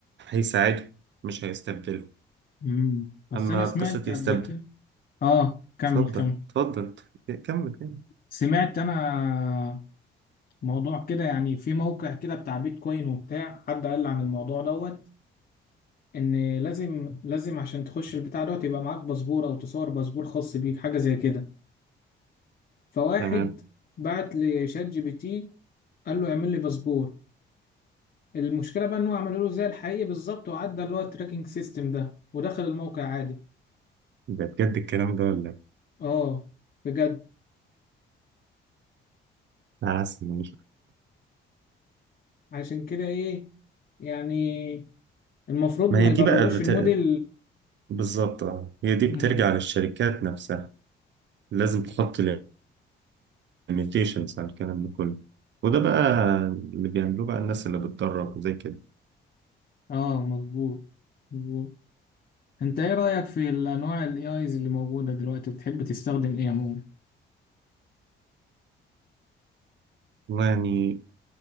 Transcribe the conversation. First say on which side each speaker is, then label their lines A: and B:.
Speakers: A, on the right; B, on the left.
A: هيساعده مش هيستبدله
B: مم. بس
A: أما
B: أنا سمعت
A: قصة
B: قبل
A: يستبدل
B: كده آه كمل
A: اتفضل
B: كمل
A: اتفضل كمل كمل
B: سمعت انا موضوع كده يعني في موقع كده بتاع بيتكوين وبتاع حد قال لي عن الموضوع دوت ان لازم لازم عشان تخش البتاع دوت يبقى معاك باسبور او تصور باسبور خاص بيك حاجه زي كده فواحد
A: تمام
B: بعت لشات جي بي تي قال له اعمل لي باسبور المشكله بقى ان هو عمله له زي الحقيقي بالظبط وعدى اللي هو التراكنج سيستم ده ودخل الموقع عادي
A: يبقى بجد الكلام ده ولا إيه؟
B: اه بجد
A: أنا حاسس إنه مش-
B: عشان كده ايه يعني المفروض
A: ما
B: ما
A: هي
B: يدربوش
A: دي بقى بت...
B: الموديل
A: بالظبط اه هي دي بترجع
B: مم.
A: للشركات نفسها لازم تحط الميوتيشنز على الكلام ده كله وده بقى اللي بيعملوه بقى الناس اللي بتدرب وزي كده
B: اه مظبوط مظبوط انت ايه رأيك في الانواع الاي ايز اللي موجودة دلوقتي بتحب تستخدم ايه عموما
A: والله يعني